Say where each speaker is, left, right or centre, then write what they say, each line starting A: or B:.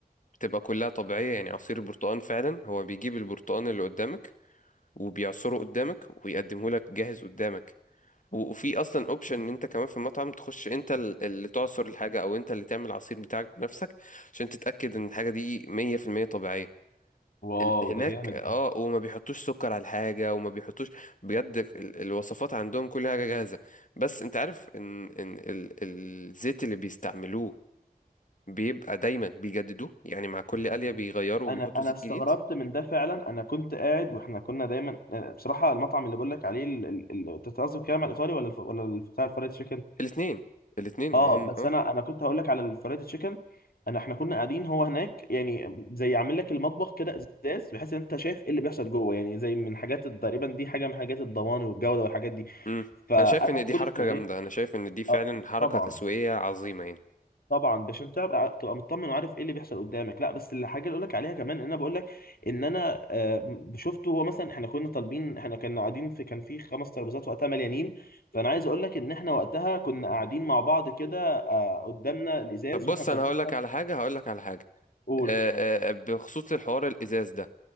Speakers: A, on the left (about 55°); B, on the left (about 80°).
A: بتبقى كلها طبيعيه يعني عصير برتقال فعلا هو بيجيب البرتقال اللي قدامك وبيعصره قدامك ويقدمه لك جاهز قدامك و- وفي اصلا اوبشن ان انت كمان في المطعم تخش انت ال- اللي تعصر الحاجه او انت اللي تعمل العصير بتاعك بنفسك عشان تتاكد ان الحاجه دي 100% طبيعيه
B: واو
A: ال- هناك
B: ده جامد
A: اه
B: ده
A: وما بيحطوش سكر على الحاجة وما بيحطوش بجد ال- الوصفات عندهم كل حاجة جاهزة بس انت عارف ان ان ال- الزيت اللي بيستعملوه بيبقى دايما بيجددوه يعني مع كل قلية بيغيروا
B: انا
A: وبيحطوا
B: انا
A: زيت
B: استغربت
A: جديد
B: من ده فعلا انا كنت قاعد واحنا كنا دايما آه، بصراحه المطعم اللي بقول لك عليه ال- ال- ال- انت بتقصد كده على الايطالي ولا الف... ولا الف- بتاع الفرايد تشيكن
A: الاتنين الاتنين ما
B: اه
A: هم
B: بس
A: اه
B: انا انا كنت هقول لك على الفرايد تشيكن انا احنا كنا قاعدين هو هناك يعني زي عامل لك المطبخ كده ازاز بحيث ان انت شايف ايه اللي بيحصل جوه يعني زي من حاجات تقريبا دي حاجه من حاجات الضمان والجوده والحاجات دي
A: امم
B: فانا
A: انا شايف ان دي
B: كل
A: حركة
B: ما
A: جامدة
B: ايه
A: انا شايف ان دي فعلا
B: آه،
A: حركة
B: طبعا
A: تسويقية عظيمة يعني
B: طبعا باش انت تبقى تبقى مطمن وعارف ايه اللي بيحصل قدامك لا بس الحاجه اللي اقول لك عليها كمان ان انا بقول لك ان انا آه، شفته هو مثلا احنا كنا طالبين احنا كنا قاعدين في كان في خمس ترابيزات وقتها مليانين فانا عايز اقول لك ان احنا وقتها كنا قاعدين مع بعض كده آه، قدامنا الازاز
A: طب بص
B: واحنا طالبين
A: انا هقول لك على حاجة هقول لك على حاجة
B: قول
A: آه، آه، بخصوص الحوار الازاز ده